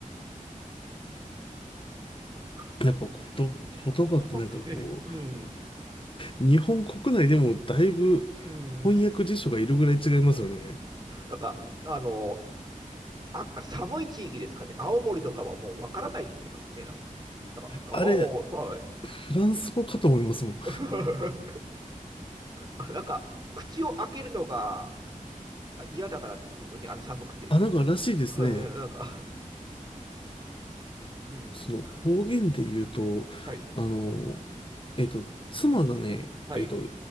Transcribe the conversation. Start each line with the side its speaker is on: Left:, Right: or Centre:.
Right: そうか
Left: やっぱこと、言葉ってなんかこ
Right: 言葉ってね、うん。
Left: う、日本国内でもだいぶ
Right: <laughs> うん。
Left: 翻訳辞書がいるぐらい違いますよね。
Right: なんか、あの、あ寒い地域ですかね。青森とかはもうわからないって言ってますね。なんか。なんか、あおはい。
Left: あれ、フランス語かと思いますもん。
Right: <laughs> あなんか、口を開けるのが嫌だからってことですよね。あの寒くて。
Left: あ、なんからしいですね。
Right: うんうん、なんか。うん。
Left: その方言で言うと、
Right: はい。
Left: あの、えっと、妻がね、
Right: はい。
Left: えっと、